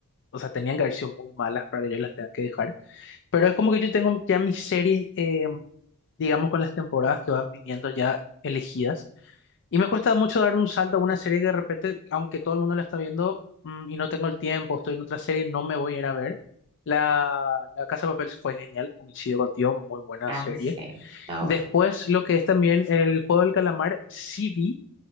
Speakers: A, on the left (about 55°); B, on the right (about 25°).
A: o sea, tenían que haber sido muy malas para que yo las tenga que dejar. Pero es como que yo tengo ya mis series, eh, digamos, con las temporadas que van viniendo ya elegidas. Y me cuesta mucho dar un salto a una serie que de repente, aunque todo el mundo la está viendo mm, y no tengo el tiempo, estoy en otra serie, no me voy a ir a ver. La, la Casa de Papel fue genial, coincido contigo, muy buena
B: Ah,
A: serie.
B: sí, todo
A: Después,
B: bueno.
A: lo que es también el Juego del Calamar, sí vi,